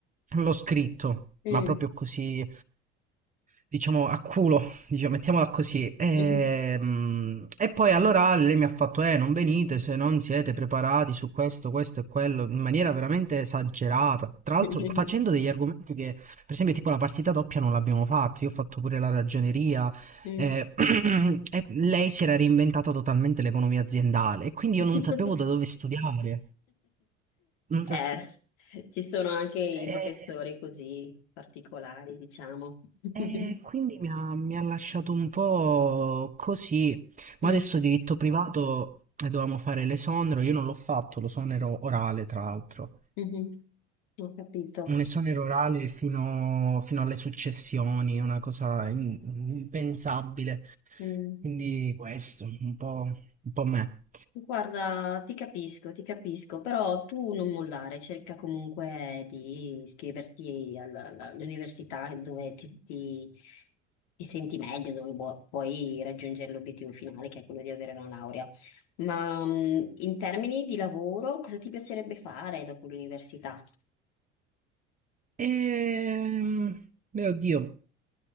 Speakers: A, on the right; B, on the left.
A: L'ho scritto,
B: Mm.
A: ma proprio così, diciamo, a culo, diciamo, mettiamola così. E,
B: Mhm.
A: mh, e poi allora lei mi ha fatto, eh, non venite se non siete preparati su questo, questo e quello, in maniera veramente esagerata. Tra l'altro
B: <laughs>
A: facendo degli argomenti che per esempio, tipo la partita doppia non l'abbiamo fatta, io ho fatto pure la ragioneria
B: Mm.
A: eh, <clears throat> e lei si era reinventata totalmente l'economia aziendale e quindi
B: <laughs>
A: io non sapevo da dove studiare. Non
B: Eh,
A: sa-
B: ci sono anche i
A: e-
B: professori così particolari, diciamo. <laughs>
A: e quindi mi ha, mi ha lasciato un po' così, ma
B: Mm.
A: adesso diritto privato eh, dovevamo fare l'esonero, io non l'ho fatto, l'esonero orale tra l'altro.
B: Mhm. Ho capito.
A: Un esonero orale fino, fino alle successioni, una cosa in- impensabile.
B: Mm.
A: Quindi questo, un po', un po' me.
B: Guarda, ti capisco, ti capisco, però tu non mollare, cerca comunque di iscriverti alla- alla- all'università dove ti, ti- ti senti meglio, dove vuo- puoi raggiungere l'obiettivo finale, che è quello di avere una laurea. Ma mh, in termini di lavoro, cosa ti piacerebbe fare dopo l'università?
A: Ehm, mio Dio,